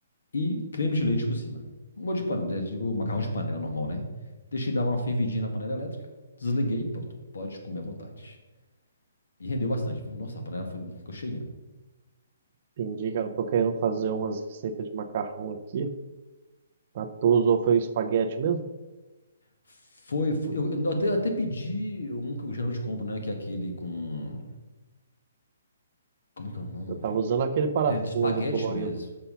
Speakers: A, on the left (about 75°); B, on the right (about 30°).
A: e creme de leite por cima. Um Molho de panela, digo, macarrão de panela normal, né? Deixei dar uma fervidinha na panela elétrica, desliguei, pronto, pode comer à vontade. E rendeu bastante, viu? Nossa, a panela foi- ficou cheinha.
B: Entendi, cara. Estou querendo fazer umas receitas de macarrão aqui. A tua usou foi o espaguete mesmo?
A: Foi, foi eu, eu até, até pedi um que eu geralmente compro, né? Que é aquele com. Como é que é o nome,
B: Eu estava
A: velho?
B: usando aquele parafuso
A: Ele é de espaguete
B: colorido.
A: mesmo.